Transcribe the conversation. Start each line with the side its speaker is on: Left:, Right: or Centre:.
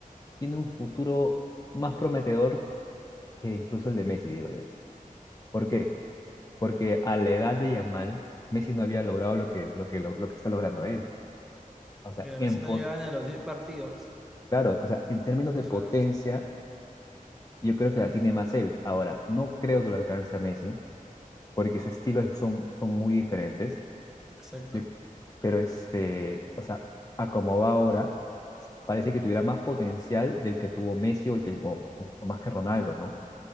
Left: tiene un futuro más prometedor que incluso el de Messi, digo yo. ¿Por qué? Porque a la edad de Yamal, Messi no había logrado lo que, lo que, lo, lo que está logrando él. O sea,
Centre: Mira,
Left: en,
Centre: Messi no
Left: po-
Centre: llegaba ni a los 10 partidos.
Left: claro, o sea, en términos
Centre: O
Left: de potencia,
Centre: sea,
Left: yo
Centre: ujú,
Left: creo que la tiene más él. Ahora, no creo que lo alcance a Messi, porque sus estilos son, son muy diferentes
Centre: exacto.
Left: Yo- Pero este, o sea, a como va ahora, parece que tuviera más potencial del que tuvo Messi o, el que, o, o más que Ronaldo, ¿no?